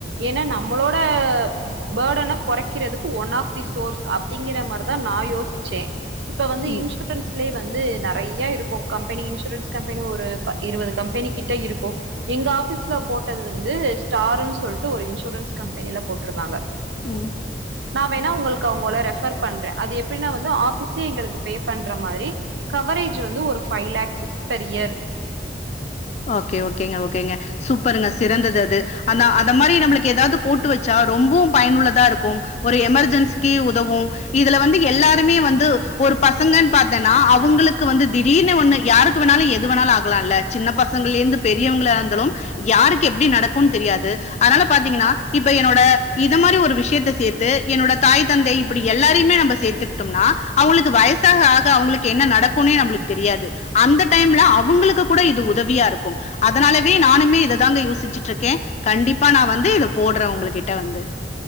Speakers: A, on the right (about 85°); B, on the left (about 40°).
A: ஏன்னா நம்மளோட ப் பர்டன கொறைக்கிறதுக்கு ஒன் ஆஃப் தி சோர்ஸ் அப்டிங்கிற மாரிதா நா யோசிச்சே. இப்ப வந்து
B: ம்
A: இன்சூரன்ஸ் வந்து நெறைய இருக்கு கம்பெனி இன்சூரன்ஸ் கம்பெனி ஒரு ப இருபது கம்பெனி கிட்ட இருக்கு. எங்க ஆஃபீஸ்ல போட்டது வந்து ஸ்டாருன்னு சொல்ட்டு ஒரு இன்சூரன்ஸ் கம்பெனில போட்ருந்தாங்க.
B: ம்
A: நா வேண்ணா உங்களுக்கு அவங்கள ரெஃபர் பண்றே. அது எப்பிடினா வந்து ஆஃபீஸே எங்களுக்கு பே பண்ற மா ரி கவரேஜ் வந்து ஒரு five lakhs per year
B: okay ஓகேங்க ஓகேங்க சூப்பருங்க சிறந்தது அது. அந்த அந்த மாரி நம்மளுக்கு எதாவது போட்டு வச்சா ரொம்பவு பயனுள்ளதா இருக்கும். ஒரு எமர்ஜென்சிக்கு உதவு இதுல வந்து எல்லாருமே வந் து ஒரு பசங்கன்னு பாத்தேன்னா அவங்களுக்கு வந்து திடீர்னு ஒண்ணு யாருக்கு வேண்ணாலு எது வேண்ணாலு ஆகலா இல்ல சின்னப் ப சங்கள்ல இருந்து பெரியவங்களா இருந்தாலு யாருக்கு எப்டி நடக்குன் தெரியாது. அதனால பாத்தீங்கன்னா இப்ப என்னோட இது மாரி ஒரு விஷயத்த சேத்து என்னோட தாய் தந்தை இப்பிடி எல்லாருயுமே நம்ப சேத்துக்கிட்டோம்னா அவங்களுக்கு வயசாக ஆக அவங்களுக்கு என்ன நடக்குன்னே நம்பளுக்கு தெரியாது. அந்த டைம்ல அவங்களுக்கு கூட இது உதவியா இருக்கும். அதனாலவே நானுமே இததாங்க யோசிச்சுட்ருக்கே. கண்டிப்பா நா வந்து இத போடுறே உங்களுகிட்ட வந்து.